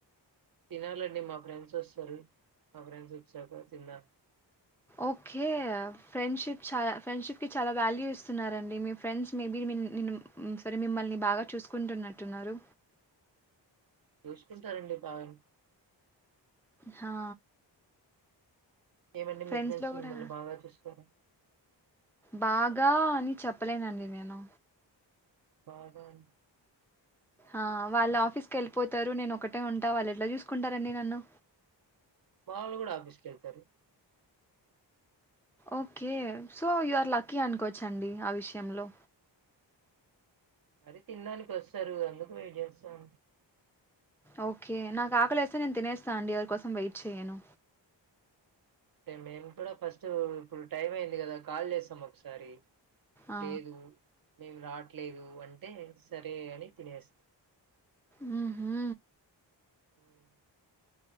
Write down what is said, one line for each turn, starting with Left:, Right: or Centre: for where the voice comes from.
Right: తినాలండి మా ఫ్రెండ్స్ వస్తారు మా ఫ్రెండ్స్ వచ్చాక తిన్నా
Centre: ఓకే ఫ్రెండ్ షిప్ చాలా ఫ్రెండ్షిప్ కి చాలా వాల్యూ ఇస్తున్నారండి మీ ఫ్రెండ్స్ మేబీ సారీ మిమ్మల్ని బాగా చూసుకుంటున్నట్టున్నారు
Right: చూసుకుంటారండి బాగానే
Centre: హా
Right: ఏమండి
Centre: ఫ్రెండ్స్లో
Right: మీ ఫ్రెండ్స్ మిమ్మల్ని
Centre: కూడా
Right: బాగా చూసుకోరా
Centre: బాగా అని చెప్పలేనండి నేను
Right: బాగా అంటే
Centre: ఆ వాళ్ళు ఆఫీస్ కి వెళ్ళిపోతారు నేను ఒకటే ఉంటా వాళ్ళు ఎట్లా చూసుకుంటారండి నన్ను
Right: వాళ్ళు కూడా ఆఫీస్ కి వెళ్తారు
Centre: okay so you are lucky అనుకోవచ్చండి ఆ విషయంలో
Right: మరీ తినడానికి వస్తారు అందుకు వెయిట్ చేస్తాం
Centre: ఓకే నాకు ఆకలి వస్తే నేను తినేస్తా అండి ఎవరి కోసం వెయిట్ చేయను
Right: అంటే మేము కూడా ఫస్ట్ ఇప్పుడు టైం అయింది కదా కాల్ చేసాం ఒకసారి
Centre: ఆ!
Right: లేదు మేము రాట్లేదు అ అంటే సరే అని తినేస్తా
Centre: హ్మ్ హు
Right: హ్మ్